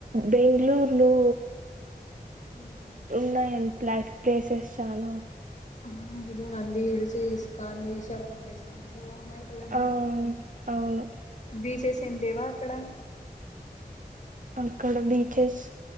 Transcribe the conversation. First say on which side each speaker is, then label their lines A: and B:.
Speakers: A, on the right (about 55°); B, on the left (about 45°).
A: బెంగ్ళూరులో
B: అ
A: ఉన్నాయండి ప్లాస్ ప్లేసెస్ చానా
B: ఆ అదిగో నండి హిల్స్ ఇస్కాాన్ ఈశాంండ స్వామి
A: ఆ అవును
B: బీ జెస్ టండేవా అక్కడ
A: అక్కడ బీచెస్